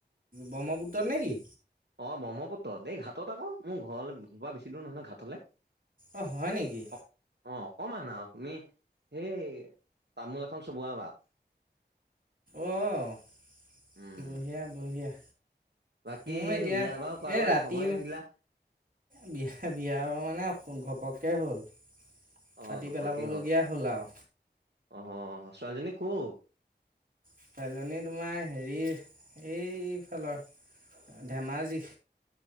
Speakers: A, on the right; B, on the right.
A: ব্ৰহ্মপুত্ৰত নেকি?
B: অ', ব্ৰহ্মপুত্ৰত এই ঘাটত আকৌ, মোৰ ঘৰৰ পা বেছি দূৰ নহয়, নহয় ঘাটলে।
A: অ', হয় নেকি?
B: অ অ', অকণমান আৰু তুমি সেই তামোল এখন চবোৱা বাট।
A: অ',
B: উম
A: বঢ়িয়া, বঢ়িয়া।
B: বাকী
A: মোৰ এতিয়া
B: বিয়া
A: এই
B: বাৰু কৰালা
A: ৰাতি
B: খবৰে
A: মা
B: নিদিলা
A: বিয়া, বিয়াৰ মানে ঘপকে হ'ল।
B: অ
A: পাতি
B: ঘপকে
A: পেলাবলগীয়া
B: হ
A: হ'ল আৰু।
B: অ' ছোৱালীজনী ক'ৰ?
A: ছোৱালীজনী তোমাৰ হেৰি এইফালৰ ধেমাজি।